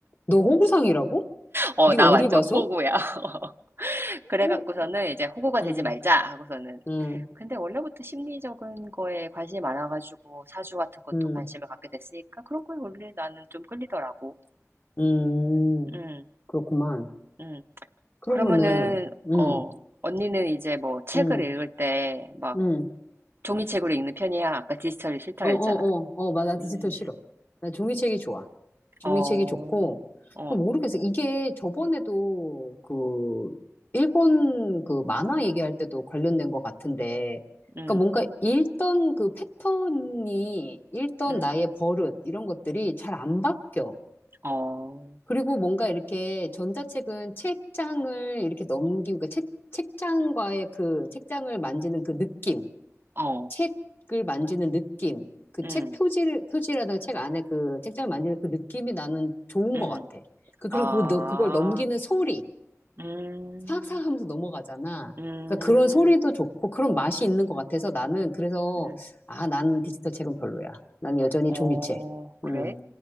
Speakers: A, on the left; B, on the right.
A: 너 호구상이라고?
B: 어,
A: 네가
B: 나
A: 어딜
B: 완전
A: 봐서?
B: 호구야. <laughs> 그래갖고서는
A: 오,
B: 이제 호구가
A: 응,
B: 되지 말자 하고서는.
A: 응,
B: 근데 원래부터 심리적인 거에 관심이 많아가지고 사주 같은 것도
A: 응,
B: 관심을 갖게 됐으니까 그런 거에 원래 나는 좀 끌리더라고.
A: 응,
B: 음,
A: 그렇구만.
B: 음.
A: 그러면은,
B: 그러면은,
A: 응,
B: 어, 언니는 이제 뭐 책을
A: 응,
B: 읽을 때 막
A: 응.
B: 종이책으로 읽는 편이야. 아까 디지털이 싫다
A: 어,
B: 그랬잖아.
A: 어, 어, 어, 맞아. 디지털
B: 음,
A: 싫어. 나 종이책이 좋아. 종이책이
B: 어,
A: 좋고,
B: 어,
A: 모르겠어. 이게 저번에도 그, 일본 그 만화 얘기할 때도 관련된 것 같은데,
B: 음,
A: 그러니까 뭔가 읽던 그 패턴이, 읽던
B: 음,
A: 나의 버릇, 이런 것들이 잘 안 바뀌어.
B: 어,
A: 그리고 뭔가 이렇게 전자책은 책장을 이렇게 넘기고, 그러니까 책, 책장과의 그, 책장을 만지는 그 느낌.
B: 어,
A: 책을 만지는 느낌, 그
B: 음,
A: 책 표지를, 표지라든가 책 안에 그 책장을 만지는 그 느낌이 나는 좋은
B: 음,
A: 것 같아. 그, 그리고
B: 아,
A: 그, 너- 그걸 넘기는 소리,
B: 음,
A: 사악사악 하면서 넘어가잖아.
B: 음,
A: 그러니까 그런 소리도 좋고 그런 맛이 있는 것 같아서 나는 그래서,
B: 음,
A: 아, 난 디지털 책은 별로야. 난 여전히
B: 어,
A: 종이책.
B: 그래?
A: 음,